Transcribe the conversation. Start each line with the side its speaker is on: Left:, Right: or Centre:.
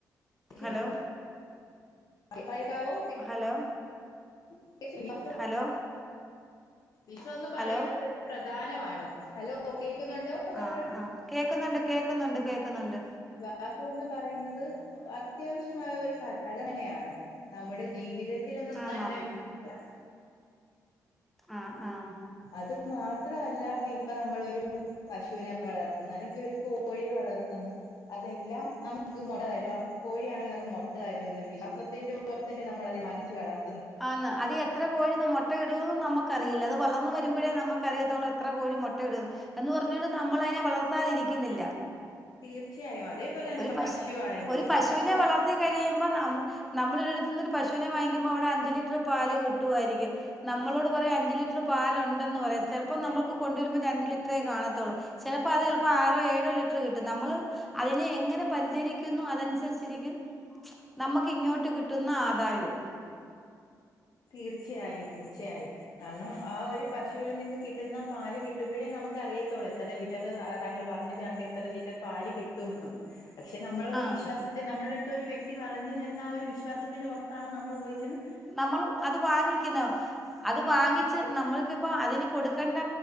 Left: ശരിയ
Centre: ഹലോ
Left: കേക്കാവോ
Centre: ഹലോ
Left: <unintelligible> <inaudible>
Centre: ഹലോ
Left: വിശോന്ന് പറയുന്നത്
Centre: ഹലോ
Left: പ്രധാനവാണ് ഹലോ കേക്കുന്നൊണ്ടോ താങ്കൾ
Centre: ആ ആ കേൾക്കുന്നുണ്ട് കേൾക്കുന്നുണ്ട് കേൾക്കുന്നുണ്ട്
Left: ആഹ് വിവാഹോന്ന് പറയുന്നത് അത്യാവശ്യമായ ഒരു ഘടകം ന്നെയാണ് നമ്മുടെ ജീവിതത്തി- <unintelligible>
Centre: ആന്നാന്ന്
Left: തന്നെ വിക്ക
Centre: ആഹ് ആഹ്
Left: അത് മാത്രവല്ല ഇപ്പ നമ്മളൊരു പശൂനെ വളർത്തുന്നു അല്ലെങ്കിൽ ഒരു കോഴിയെ- വളർത്തുന്നു അതെല്ലാം നമുക്ക് മ്മടൊരു കോഴിയാണെങ്കി നമുക്ക് മുട്ടതരൂന്നൊരു വിശ്വാസതി- പൊറത്തല്ലെ നമ്മളത് വാങ്ങിച്ച വളർത്ത്-
Centre: ആന്ന് അതി എത്രകോഴി മൊട്ടയിടൂന്ന് നമ്മക്ക്- ക്കറിയില്ല അത് വളർന്ന് വരുമ്പോഴെ നമ്മക്കറിയത്തൊളെത്ര കോഴി മൊട്ടയിടൂന്ന് എന്ന് പറഞ്ഞപോലെ നമ്മളതിനെ വളർത്താതിരിക്ക- ക്കുന്നില്ല
Left: തീർച്ചയായും അതേപോലെ തന്നെ
Centre: ഒരു പശു
Left: ആണെങ്കിലും
Centre: ഒരു പശൂനെ
Left: ഇപ്പം
Centre: വളർത്തി കഴിയുമ്പോ നമ്മ- നമ്മളൊരിടത്ത്ന്ന് ഒരു പശൂനെ വാങ്ങിക്കുമ്പോ അവിടഞ്ച- ലിറ്റർ പാല് കിട്ടുവാരിക്കും നമ്മളോട് പറയാ അഞ്ചു ലിറ്റർ പാലൊണ്ടെന്ന് പറയാ ചിലപ്പ നമുക്ക് കൊണ്ട- രുമ്പ രണ്ട് ലിറ്ററെേ കാണത്തൊള്ളൂ ചിലപ്പോത് ആറോ ഏഴോ ലിറ്റർ കിട്ടും നമ്മൾ അതിനെ എങ്ങനെ പരി- ചരിക്കുന്നു അതനുസരിച്ചിരിക്കും നമുക്കിങ്ങോട്ട് കിട്ടുന്ന ആദായോം
Left: തീർച്ചയായും തീർച്ചയായും കാരണം ആ ഒരു പശുവിൽനിന്ന് കിട്ടുന്ന പാല് കിട്ടുമ്പൊഴേ ന- നമുക്ക് അറിയത്തോളൂ എത്ര ലിറ്റർ താങ്കൾ പറഞ്ഞത് കണക്കിക്ക് എത്ര ലിറ്റർ പാല് കിട്ടുന്നൂന്ന് പക്ഷെ നമ്മളൊരു
Centre: ആ
Left: വിശ്വാസത്തി നമ്മളടുത്തൊരു വ്യക്തി പറഞ്ഞു തരുന്ന ആ ഒരു വിശ്വാസത്തിന്റെ പൊറത്താണ് നമ്മളോയിച്ചത്
Centre: നമ്മൾ അത് വാങ്ങിക്കനോ അത് വാങ്ങിച്ച് നമ്മക്ക് അപ്പൊ അതിന് കൊടുക്കണ്ട